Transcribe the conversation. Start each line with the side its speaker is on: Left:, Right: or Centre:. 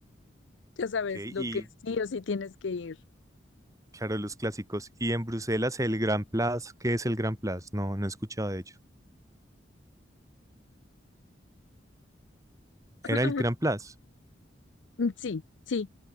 Left: ya sabes,
Right: ok,
Left: lo
Right: y
Left: que sí o sí tienes que ir.
Right: claro, los clásicos. Y en Bruselas, el Grand Place, ¿qué es el Grand Place? No, no he escuchado de ello.
Left: <clears throat>
Right: ¿Era el Grand Place?
Left: Sí, sí.